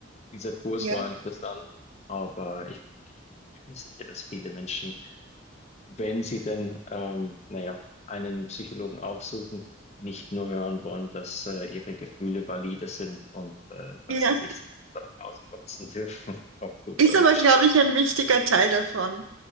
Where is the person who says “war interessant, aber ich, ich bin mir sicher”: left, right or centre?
Left